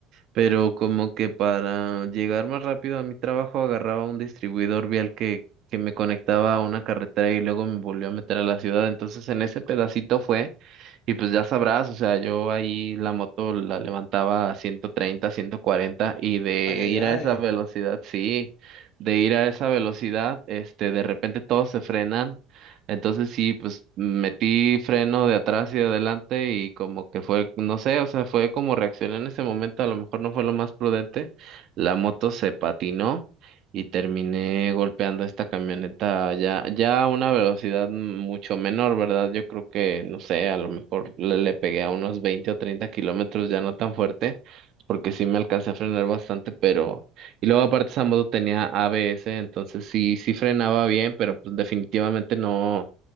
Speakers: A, on the right; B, on the left.
A: pero como que para llegar más rápido a mi trabajo agarraba un distribuidor vial que, que me conectaba a una carretera y luego me volvió a meter a la ciudad. Entonces en ese pedacito fue, y pues ya sabrás, o sea, yo ahí la moto la levantaba a 130, 140 y de
B: Ay, ay,
A: ir
B: ay.
A: a esa velocidad, sí, de ir a esa velocidad, este, de repente todos se frenan entonces sí, pues metí freno de atrás y de adelante y como que fue, no sé, o sea, fue como reaccioné en ese momento, a lo mejor no fue lo más prudente. La moto se patinó y terminé golpeando esta camioneta ya, ya a una velocidad mucho menor, ¿verdad? Yo creo que, no sé, a lo mejor le, le pegué a unos 20 o 30 kilómetros, ya no tan fuerte, porque sí me alcancé a frenar bastante, pero y luego aparte esa moto tenía ABS, entonces sí, sí frenaba bien, pero pues definitivamente no,